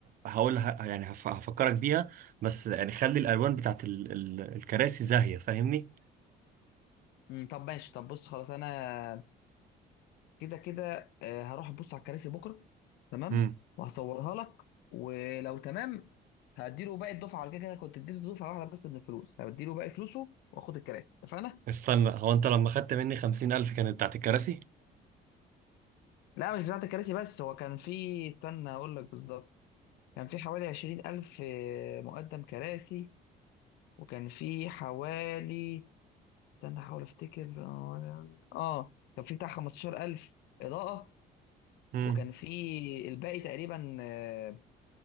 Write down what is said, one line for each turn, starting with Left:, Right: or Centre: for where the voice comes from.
Right: هقول ه- يعني هف- هفكرك بيها بس يعني خلي الالوان بتاعت ال ال الكراسي زاهيه فاهمني
Left: أمم، طب ماشي طب بص خلاص انا كده كده آه، هروح ابص على الكراسي بكره تمام
Right: امم
Left: وهصورها لك ولو تمام هديله باقي الدفعه على كده كده كنت اديته دفعه واحده بس من الفلوس هديله باقي فلوسه واخد الكراسي اتفقنا
Right: استنى هو انت لما خدت مني خمسين الف كانت بتاعت الكراسي
Left: لا مش بتاعت الكراسي بس هو كان في استنى اقول لك بالظبط كان في حوالي عشرين ألف مقدم كراسي وكان في حوالي استنى احاول افتكر اه كان في بتاع خمستاشر ألف إضاءة
Right: امم
Left: وكان في الباقي تقريبا آه،